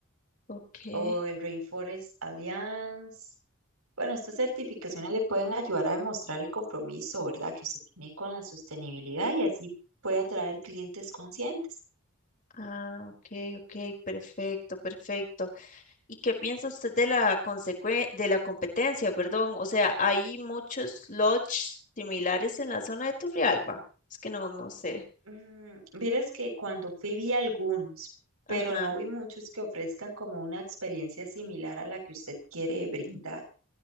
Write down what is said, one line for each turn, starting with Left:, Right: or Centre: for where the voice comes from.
Left: ok.
Right: o el Rainforest Alliance. Bueno, estas certificaciones le pueden ayudar a demostrar el compromiso, ¿verdad?, que usted tiene con la sostenibilidad y así puede atraer clientes conscientes.
Left: Ah, ok, ok, perfecto, perfecto. ¿Y qué piensa usted de la consecue- de la competencia, perdón? O sea, hay muchos lodges similares en la zona de Turrialba. Es que no, no sé.
Right: Mm, vieras que cuando fui vi algunos, pero
Left: Ajá.
Right: no vi muchos que ofrezcan como una experiencia similar a la que usted quiere brindar.